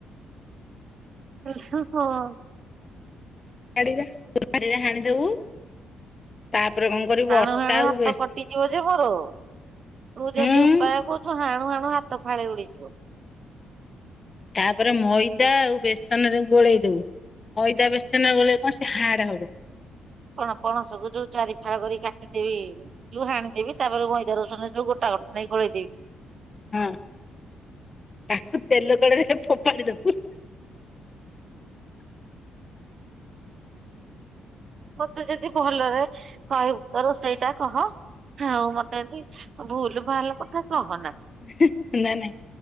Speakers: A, on the right; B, on the left.
A: ହଁ ହଁ।
B: <unintelligible> କୁରାଢ଼ି ରେ ହାଣି ଦବୁ ତାପରେ କଣ କରିବୁ
A: ହାଣୁ
B: ଅଟା
A: ହାଣୁ
B: ଆଉ
A: ହାତ
B: ବେସ୍
A: କଟିି ଯିବ ଯେ ମୋର ତୁ ଯେମିତି
B: ହୁଁ
A: ଉପାୟ କହୁଚୁ ହାଣୁ ହାଣୁ ହାତ ଫାଳେ ଉଡିଯିବ।
B: ତାପରେ ମଇଦା ଆଉ ବେସନ ରେ ଗୋଳେଇ ଦବୁ। ମଇଦା ବେଶନ ରେ ଗୋଲେଇବ ସେ ହାର୍ଡ ହବ।
A: କଣ ପଣସ କୁ ଯୋଉ ଚାରି ଫାଳ କରି କାଟିଦେବି। ଯୁ ହାଣିଦେବି ତାପରେ ମଇଦା ରୋଷନରେ ସବୁ ଗୋଟା ଗୋ ନେଇ ଖୋଳେଇଦେବି।
B: ହଁ ତାକୁ ତେଲ କଢେଇରେ ଫୋପାଡ଼ି ଦବୁ।
A: ମତେ ଯଦି ଭଲରେ କହିବୁ ତ ରୋଷେଇ ଟା କହ ଆଉ ମତେ ଯଦି ଭୁଲ ଭାଲ କଥା କହନା।
B: ନା ନାଇଁ